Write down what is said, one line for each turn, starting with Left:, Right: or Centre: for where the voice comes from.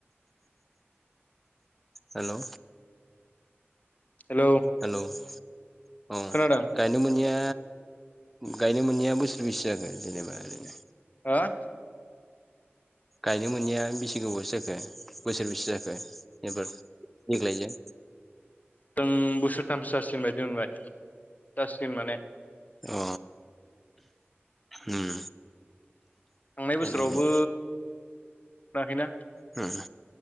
Centre: हेल'
Left: हेलौ
Centre: हेल' औ
Left: खोनादों
Centre: गायनो मोनैया गायनो मोनैया बोसोर बैसे जाखो जेनेबा ओरैनो
Left: हा
Centre: गायनो मोनैया बेसे गोबावसो जाखो बोसोरबेसे जाखो एबार देग्लायनिया
Left: जों बोसोरथामसो जासिगोन बायदि मोनबाय जासिगोन माने
Centre: अ उम
Left: थांनाय बोसोरावबो
Centre: गायनो मोनो
Left: मोनाखैना
Centre: <unintelligible>